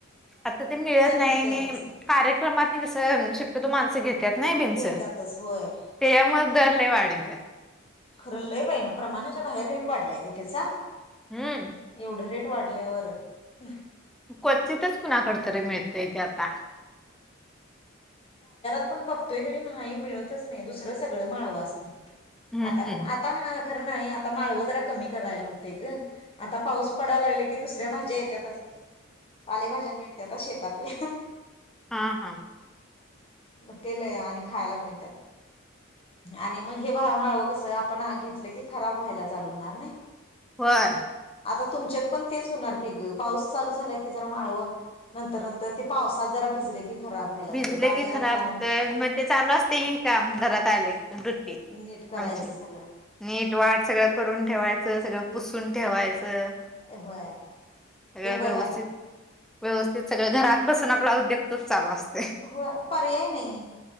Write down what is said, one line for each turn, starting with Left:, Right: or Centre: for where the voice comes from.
Centre: आता ते मिळत नाही
Left: किती
Centre: आणि,
Left: आलं असतं
Centre: कार्यक्रमातनी कसं शक्यतो माणसं घेत्यात नाही बीन्स.
Left: घेत्यातच होय.
Centre: त्यामुळ दर लई वाढवित्यात.
Left: खरं. लई बई ना प्रमाणाच्या बाहेर रेट वाढलाय ग त्याचा.
Centre: हम्म
Left: येवढ रेट वाढल्यावर <inaudible>
Centre: क्वचितच कुणाकड तरी मिळतय ते आता.
Left: आपण बघतोय कनी नाही मिळतच नाही, दुसरं सगळं माळव असतय.
Centre: हम्म
Left: आता का आता हा खरं नाही. आता माळव जरा कमी करायला होते ग. आता पाऊस पडायला लागला की दुसऱ्या भाज्या येत्यातच की. पालेभाज्या मिळत्यात आता शेतातल.
Centre: हा हा.
Left: म ते लई आणि खायला मिळत्यात. आणि मग हे माळव कस आपण घेतलं की खराब व्हायला चालू होणार नाही.
Centre: होय
Left: आता तुमच्या पण तेच होणार की ग पाऊस चालू झाला की जरा माळव नंतर नंतर पाऊस ह जरा भिजले की खराब व्हायला
Centre: भिजल
Left: जातय बाजारात
Centre: की खराब
Left: लावून
Centre: हुंतय मग ते चालू असतय की काम घरात आल की
Left: नीट करायचं
Centre: आमची
Left: सगळं.
Centre: नीट वाट सगळं करून ठेवाय सगळं पुसून ठेवायचं.
Left: होय
Centre: सगळं
Left: ते बरं
Centre: व्यवस्थित
Left: हाय.
Centre: व्यवस्थित सगळ घरात बसून आपला उद्योग तोच चालू असतो.
Left: होय पर्याय नाही.